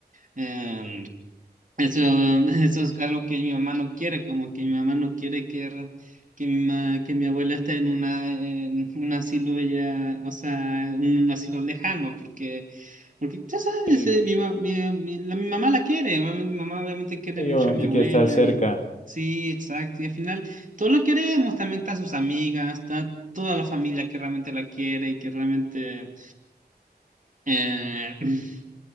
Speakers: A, on the right; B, on the left.
A: Em, eso, <laughs> eso es algo que mi mamá no quiere, como que mi mamá no quiere que, r- que mi ma- que mi abuela esté en una en un asilo ya, o sea, en un asilo lejano, porque porque ya sabes,
B: sí,
A: eh, mi, ma- mi, mi- la- mi mamá la quiere, obviamente, mi mamá obviamente quiere
B: sí,
A: mucho
B: obviamente
A: a mi abuela
B: quiere estar cerca.
A: y sí, exacto, y al final todos lo queremos, también está sus amigas, está toda la familia que realmente la quiere y que realmente eh, <clears throat>